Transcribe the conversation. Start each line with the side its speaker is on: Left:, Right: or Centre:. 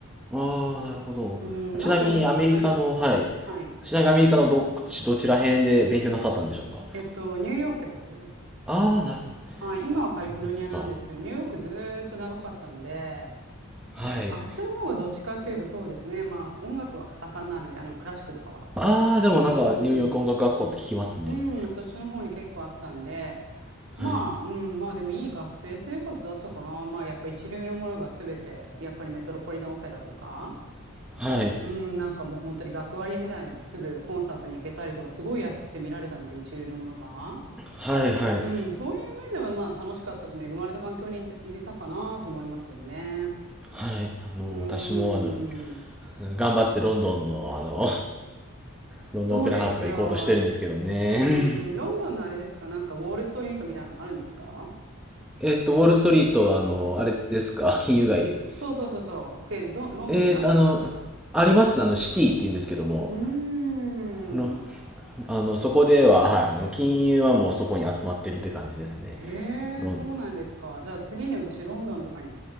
Centre: ああ、なるほど。
Right: うん、
Centre: ちなみにアメリカの、
Right: なんかお、はいはい。
Centre: はい。
Right: はい。
Centre: ちなみにアメリカのどっち、どちら辺で勉強なさったんでしょうか。
Right: えっと、ニューヨークです。
Centre: ああー、なるほど。
Right: はい。今はカリフォルニアなんですけど、
Centre: ニューヨークか。
Right: ニューヨークずーっと長かったんで、
Centre: はい。
Right: あっちの方がどっちかっていうとそうですね。まあ、音楽は盛んなので、あの、クラシックとかは。
Centre: ああ、でもなんかニューヨーク音楽学校って聞きますね。
Right: うん。うん、そっちの方に結構あったんで、
Centre: はい。
Right: まあ、うん、まあでもいい学生生活だったかな。まあ、やっぱ一流のものが全て、やっぱりメトロポリタンオペラとか、
Centre: はい。
Right: うん、なんかもう本当に学割みたいのですぐコンサートに行けたりとか、すごい安くて見られたので、一流のものが。
Centre: はい、はい。
Right: うん、そういう面ではまあ楽しかったし、恵まれた環境にいれたかなと思いますよね。
Centre: はい。あの、
Right: うーん、
Centre: 私もあの、頑張ってロンドンの、あの、ロンドンオペラハウスが行こうとしてるんですけどもね。
Right: そうですよ。うんうん、
Centre: <laughs>
Right: ロンドンのあれですか、なんかウォールストリートみたいなのあるんですか
Centre: えっと、ウォールストリート、あの、あれですか、<laughs> 金融街。
Right: そうそうそうそう。で、ど、ロンドンにあるんですか
Centre: えーあの、ありますね、あの、シティって言うんですけども、
Right: うーん。
Centre: の、あの、そこでは、はい、あの、金融はもうそこに集まってるって感じですね。
Right: へ
Centre: ロン。
Right: え、そうなんですか。じゃあ次に私ロンドンとかに